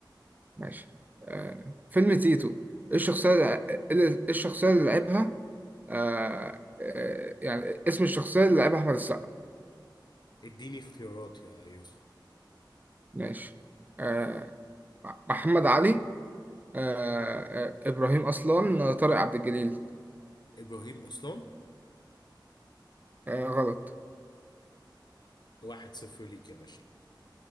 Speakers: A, on the right (about 20°); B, on the left (about 60°).
A: ماشي آه، فيلم تيتو إيه الشخصية اللي إيه الشخصية اللي لعبها آه، آه، يعني اسم الشخصية اللي لعبها أحمد السقا
B: اديني اختيارات يا يوسف
A: ماشي آه، محمد علي آه، آه، إبراهيم أصلان آه، طارق عبد الجليل
B: ابراهيم اصلان
A: آه، غلط
B: واحد صفر ليك يا باشا